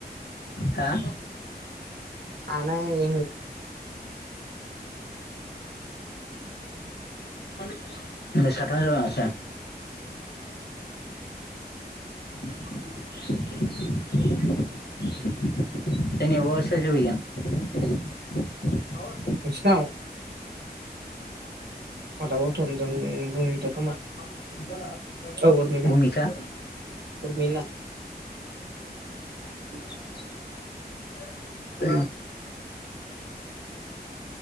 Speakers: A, on the left (about 75°); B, on the right (about 75°).
A: हा
B: सानै <inaudible>
A: ओमबालाय साथाम जाबाय माथो <inaudible> जोंनियावबा सोर सोर फैगोन
B: नोंसिनाव आदा गौथमजों भुमिता खोमा
A: उम
B: औ उरमिला
A: भुमिखा
B: उरमिला
A: <inaudible>